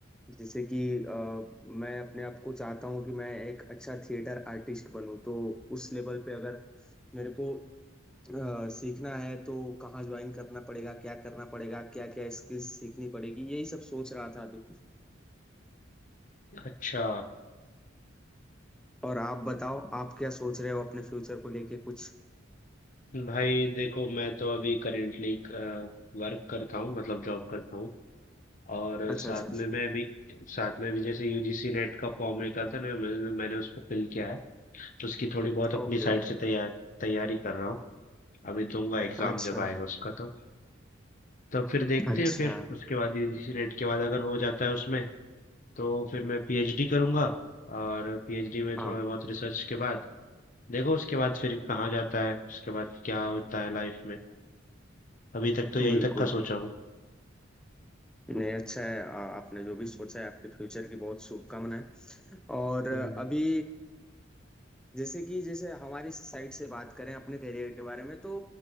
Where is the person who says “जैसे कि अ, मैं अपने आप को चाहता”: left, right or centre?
Centre